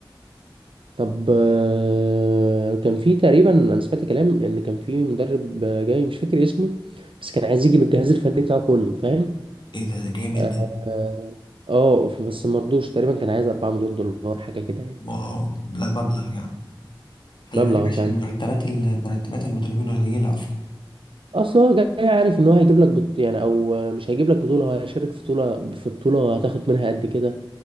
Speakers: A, on the right; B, on the left.
A: طب آه، كان في تقريبا انا سمعت كلام ان كان في مدرب آه، جاي مش فاكر اسمه بس كان عايز يجي بالجهاز الفني بتاعه كله فاهم
B: ايه ده ده جامد
A: اه
B: ده
A: آه، آه، بس ما رضوش تقريبا كان عايز 4 مليون دولار حاجه كده يعني
B: واو لا مبلغ يعني خلي
A: مبلغ
B: بالك عشان
A: فعلا
B: مرتبات ال- مرتبات المدربين قليلة اصلا
A: اصل هو جاي عارف ان هو هيجيب لك بط... يعني او آه، مش هيجيب لك بطوله هو هيشارك في بطوله في بطوله هتاخد منها قد كده